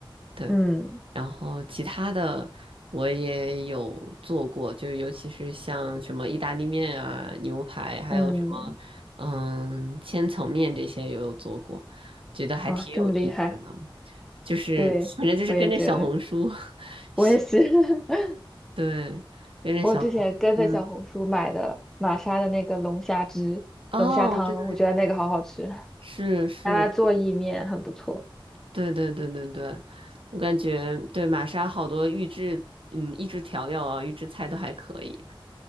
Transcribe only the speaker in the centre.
嗯
嗯，
啊，这么厉害，
对，我也觉得，
我也是，
<laughs>
我之前跟着小红书买的玛莎的那个龙虾汁、
龙虾汤，
我觉得那个好好吃，拿
来做意面很不错，